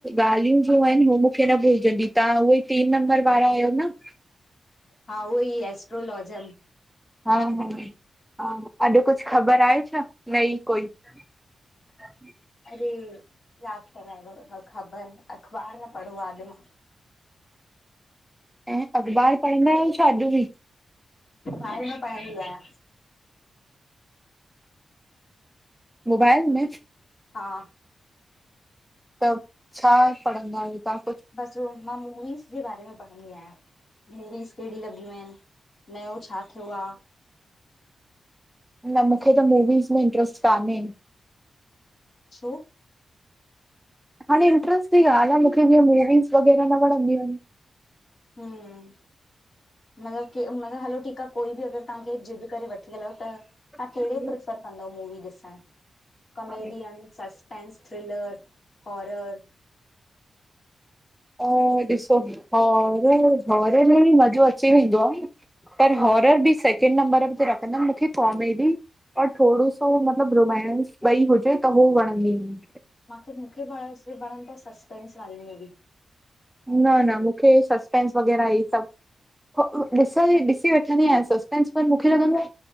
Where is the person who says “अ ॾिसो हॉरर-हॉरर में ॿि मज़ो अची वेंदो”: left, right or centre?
Centre